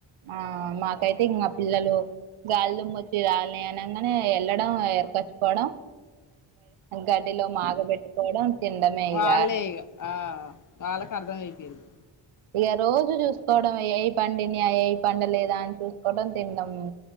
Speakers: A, on the right (about 75°); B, on the left (about 40°).
A: ఆ మాకైతే ఇంకా మా పిల్లలు గాలి దుమ్ము వచ్చి రాలినాయి అనంగానే వెళ్ళడం ఎర్ తెచ్చుకోవడం గడ్డిలో మాగబెట్టుకోవడం తినడమే
B: వాళ్ళే
A: ఇగా
B: ఇక ఆ వాళ్ళకు అర్థం అయిపోయింది
A: ఇగా రోజు చూసుకోవడం ఏయి పండినియా ఏయి పండలేదా అని చూసుకోవడం తిండము